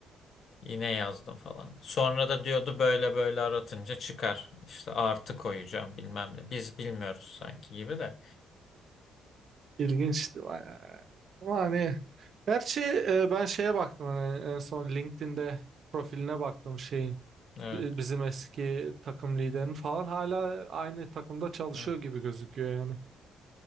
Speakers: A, on the left; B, on the right.
A: Yine yazdım falan. Sonra da diyordu böyle böyle aratınca çıkar. İşte artı koyacağım bilmem ne. Biz bilmiyoruz sanki gibi de.
B: İlginçti bayağı. Ama hani Gerçi e, ben şeye baktım hani en son LinkedIn'de profiline baktım şeyin
A: Evet,
B: e, bizim eski takım liderinin falan hala aynı takımda çalışıyor
A: evet.
B: gibi gözüküyor yani.